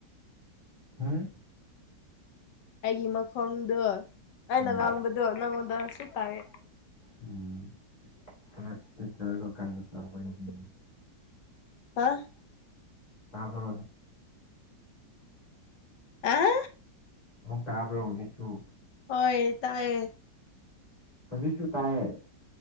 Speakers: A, on the left; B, on the left.
A: ꯍꯝ
B: ꯑꯩꯒꯤ ꯃꯈꯣꯡꯗꯣ ꯑꯩꯅ
A: ꯎꯝ
B: ꯉꯥꯡꯕꯗꯣ ꯅꯪꯉꯣꯟꯗꯁꯨ ꯇꯥꯏ
A: ꯎꯝ ꯈꯔ ꯄꯤꯛꯆꯔꯗꯣ ꯀꯟꯅ ꯇꯧꯕꯒꯤꯅꯤ
B: ꯎꯝꯃ ꯑ
A: ꯇꯥꯔꯦ
B: ꯑ
A: ꯇꯥꯄ ꯍꯧꯖꯤꯛꯁꯨ
B: ꯍꯣꯏ ꯇꯥꯏꯌꯦ
A: ꯍꯧꯖꯤꯛꯁꯨ ꯇꯥꯏ